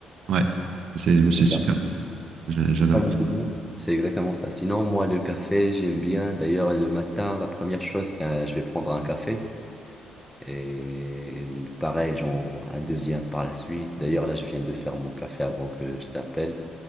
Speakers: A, on the right (about 65°); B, in the centre.
A: Ouais. C'est c'est
B: C'est
A: super.
B: ça.
A: J'a- J'adore.
B: Pas d'incident. C'est exactement ça. Sinon, moi, le café, j'aime bien. D'ailleurs, le matin, la première chose, c'est euh, je vais prendre un café. Et le- pareil, genre un deuxième par la suite. D'ailleurs, là, je viens de faire mon café avant que je t'appelle.